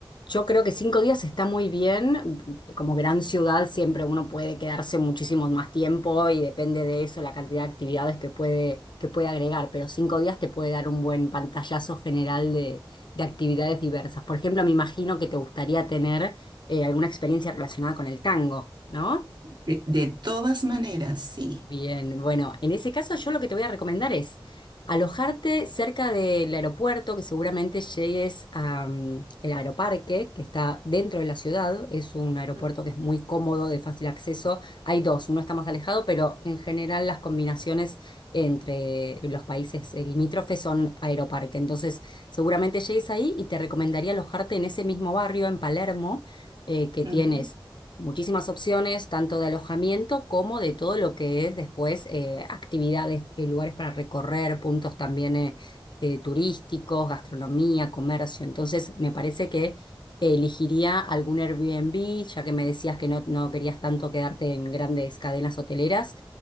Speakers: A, on the left; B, on the right.
A: yo creo que cinco días está muy bien. Como gran ciudad siempre uno puede quedarse muchísimo más tiempo y depende de eso la cantidad de actividades que puede, que puede agregar. Pero cinco días te puede dar un buen pantallazo general de, de actividades diversas. Por ejemplo, me imagino que te gustaría tener eh, alguna experiencia relacionada con el tango, ¿no?
B: De, de todas maneras, sí.
A: Bien, bueno, en ese caso yo lo que te voy a recomendar es alojarte cerca del aeropuerto, que seguramente llegues al aeroparque, que está dentro de la ciudad. Es un aeropuerto
B: Mm,
A: que es muy cómodo, de fácil acceso. Hay dos, uno está más alejado, pero en general las combinaciones entre los países eh, limítrofes son aeroparque. Entonces, seguramente llegues ahí y te recomendaría alojarte en ese mismo barrio, en Palermo, eh, que
B: ujú,
A: tienes muchísimas opciones, tanto de alojamiento como de todo lo que es después eh, actividades, eh, lugares para recorrer, puntos también eh, eh, turísticos, gastronomía, comercio. Entonces, me parece que elegiría algún Airbnb, ya que me decías que no, no querías tanto quedarte en grandes cadenas hoteleras,